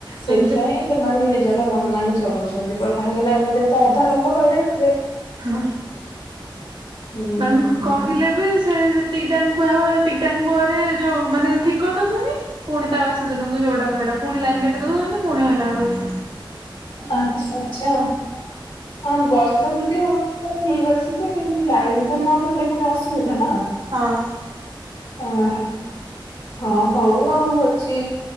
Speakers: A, on the left (about 70°); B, on the right (about 70°).
A: ସେଇଥିପାଇଁ
B: ଯେ
A: ସେମାନେ ନିଜ ର ମନ ମାନି ଚଲଉଚନ୍ତି ଚନ୍ତି କାହିଁକି ନା ଏମିତି ରେ ତ ଅଧା ଲୋକ୍ ହଇରାଣ ହେବେ।
B: ହଁ
A: ହୁଁ
B: ତାଙ୍କ୍
A: ହୁଁ
B: କହିଲେ ବି ସେ ଯେତିକ ଟାଇମ୍ କୁହା ହବ ସେତିକ ଟାଇମ୍ ପରେ ଯୋଉ ମାନେ ଠିକ୍ କରିଦେଉଛନ୍ତି। ଫୁଣି ତା ବାସୀ ଦିନକୁ ଯୋଉଟା କୁ ହେଇଟା। ଫୁଣି ଲାଇନ୍ କାଟି ଦଉଛନ୍ତି ପୁଣି ହଇରାଣ ହଉଛୁ।
A: ଆଛା ଆଛା ହଁ ବର୍ଷା ଯଦି ହଉଥିବ ଠିକ୍ ଅଛି ଯେ କିନ୍ତୁ ଲାଇନ୍ ଟା ନ ରହିଲେ ଫୁଣି ଅସୁବିଧା ନା।
B: ହଁ
A: ଓହୋ ହଁ ହଉ ଆଉ ହଉଛି